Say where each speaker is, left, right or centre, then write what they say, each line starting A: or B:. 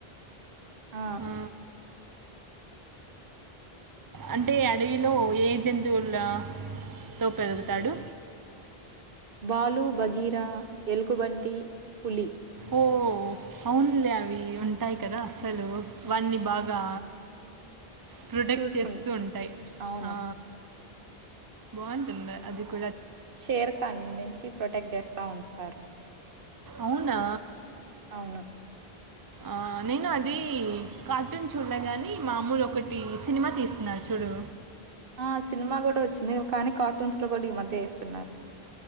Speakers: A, on the right (about 60°); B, on the right (about 30°).
A: అ
B: ఆ! అంటే అడవిలో ఏ జంతువుల తో పెరుగుతాడు
A: పాలు బగీరా ఎల్కుబంటి పులి
B: ఓ అవున్లే అవి ఉంటాయి కదా అసలు వాన్నీ బాగా ప్రొటెక్ట్
A: చూసుకున్
B: చేస్తూ ఉంటాయి
A: అవును.
B: ఆ బావుంటద అదికు
A: షేర్కాన్ నుంచి ప్రొటెక్ట్ చేస్తా ఉం తరు
B: అవునా
A: అవును.
B: ఆ నేను అది కార్టూన్ చూడలే గాని మామూలు ఒకటి సినిమా తీస్తున్నారు చూడు
A: ఆ సినిమా కూడా వచ్చింది కానీ కార్టూన్స్ లో కూడా ఈ మధ్య వేస్తున్నారు